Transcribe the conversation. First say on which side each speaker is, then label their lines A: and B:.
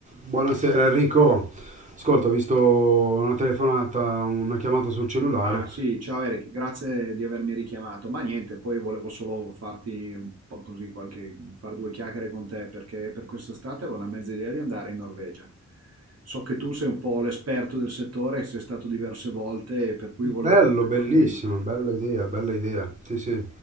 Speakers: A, on the right; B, on the right.
A: Buonasera Enrico. Ascolta, ho visto una telefonata, una chiamata sul cellulare.
B: Ah sì, ciao Eric, grazie di avermi richiamato. Ma niente, poi volevo solo farti un po' così qualche, far due chiacchiere con te perché per quest'estate avevo una mezza idea di andare in Norvegia. So che tu sei un po' l'esperto del settore, sei stato diverse volte, per cui
A: Bello,
B: volevo qualche
A: bellissimo,
B: dritta.
A: bella idea, bella idea. Sì, sì.